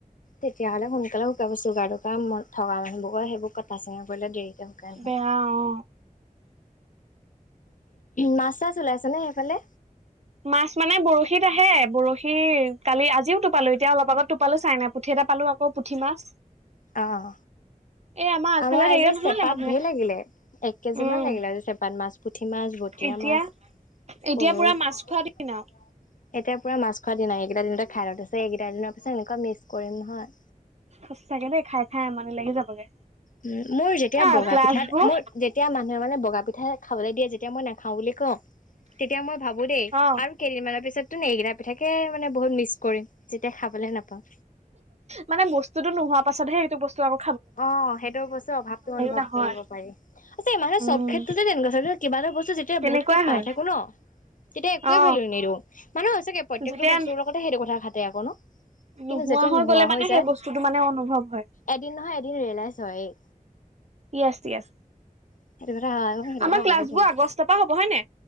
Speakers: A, on the left; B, on the right.
A: তেতিয়াহ'লে সোনকালে শুকাব, চুগাৰ টুগাৰ থকা মানুহবোৰে সেইবোৰ কটা চিঙা কৰিলে দেৰি
B: বেয়া
A: <unintelligible>
B: অ
A: মাছ চাছ ওলাইছেনে সেইফালে?
B: মাছ মানে বৰশীত আহে, বৰশী কালি আজিও টোপালো এতিয়া অলপ আগত টোপালো চাইনা পুঠি এটা পালো আকৌ পুঠি মাছ।
A: অ'।
B: এই আগফালে
A: আমাৰ আজি
B: হেৰিয়ত ধুৱালে
A: চেপাত
B: মানুহে
A: ঢেৰ লাগিলে, এক কেজি
B: উম
A: মান লাগিলে আজি চেপাত মাছ পুঠি মাছ বতিয়া
B: এতিয়া
A: মাছ,
B: এতিয়া
A: কৱৈ
B: পুৰা
A: এতিয়া
B: মাছ খোৱা দিন আৰু
A: পুৰা মাছ খোৱা দিনাই, এইকেইটা দিনতে খাই লওঁ, এইকেইটা দিনৰ পিছত এনেকুৱা মিছ কৰিম নহয়।
B: সঁচাকে দেই খাই খাই আমানি লাগি যাবগে।
A: উম, মোৰ যেতিয়া
B: অ
A: বগা
B: ক্লাছবোৰ
A: পিঠাত মোৰ যে তিয়া মানুহে মানে বগা পিঠা খাবলৈ দিয়ে, যেতিয়া মই নাখাওঁ বুলি কওঁ, তেতিয়া মই ভাবো দেই
B: অ
A: আৰু কেইদিনমানৰ পিছতো নে এইকেইটা পিঠাকে মানে বহুত মিছ কৰিম যেতিয়া খাবলে নাপাওঁ।
B: মানে বস্তুতো নোহোৱা পাছতহে সেইটো বস্তু আও
A: অ, সেইটো অৱশ্যে অভাৱটো অনুভৱ
B: নহয়
A: কৰিব পাৰি, আ মানহে
B: উম
A: চব ক্ষেত্ৰতে তেনেকুৱা চাবিচোন। কিবা এটা বস্তু যেতিয়া
B: তেনেকুৱাই
A: বহুতকে
B: হয়
A: পাই থাকো ন' তেতিয়া একোৱে
B: অ
A: ভেলু নিদো, মানুহে সচাঁকে প্ৰত্যেকটো
B: যেতিয়া
A: বস্তুৰ লগতে সেইটো কথা খাতে আকৌ ন? কিন্তু
B: নোহোৱা
A: যেতিয়া
B: হৈ গ'লে মানে
A: যায়
B: সেই বস্তুতটো মানে অনুভৱ হয়।
A: এদিন নহয় এদিন ৰিয়েলাইজ হয়ে।
B: য়েছ য়েছ।
A: <unintelligible> সেইটো
B: আমাৰ
A: কথা
B: ক্লাছবোৰ
A: বহুত হয়
B: আগষ্টৰ পৰা হ'ব হয় নাই